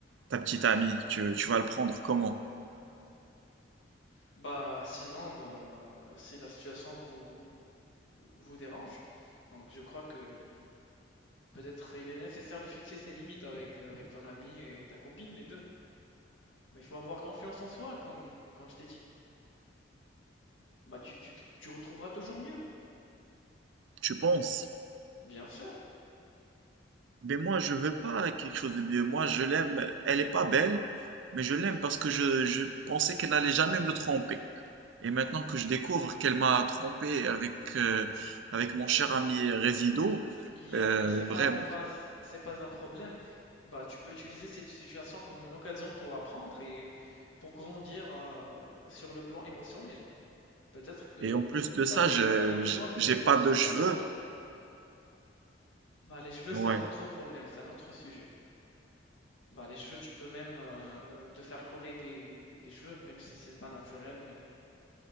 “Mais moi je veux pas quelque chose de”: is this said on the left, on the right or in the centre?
Right